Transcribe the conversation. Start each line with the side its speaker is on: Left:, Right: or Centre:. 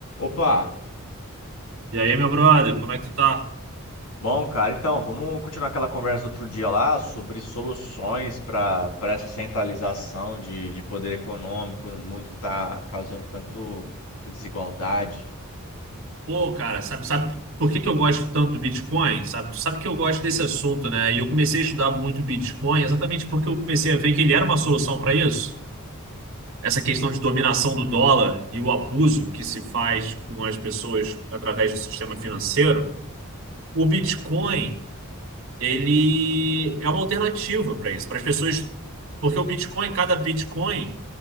Left: Opa,
Right: E aí, meu brother, como é que tu tá?
Left: bom, cara, então vamos continuar aquela conversa do outro dia lá sobre soluções para para essa centralização de, de poder econômico no mundo que está causando tanto desigualdade.
Right: Pô, cara, sabe, sabe por que que eu gosto tanto do Bitcoin? Sabe, sabe que eu gosto desse assunto, né? E eu comecei a estudar muito Bitcoin exatamente porque eu comecei a ver que ele era uma solução para isso. Essa questão de dominação do dólar e o abuso que se faz com as pessoas através do sistema financeiro. O Bitcoin, ele é uma alternativa para isso, para as pessoas. Porque o Bitcoin, cada Bitcoin,